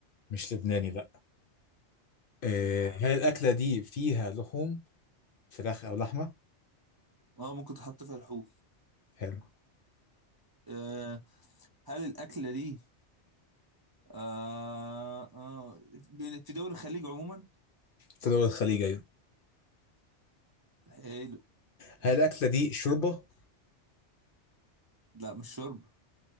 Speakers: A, on the left (about 60°); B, on the right (about 35°).
A: مش لبناني لا إيه
B: إيه ده يا عم؟
A: هل الأكلة دي فيها لحوم فراخ أو لحمة؟
B: اه ممكن تحط فيها لحوم
A: حلو
B: آه، هل الأكلة دي آه آه في دول الخليج عموما
A: في دول الخليج أيوة
B: حلو
A: هل
B: حلو
A: الأكلة دي شوربة؟
B: لا مش شرب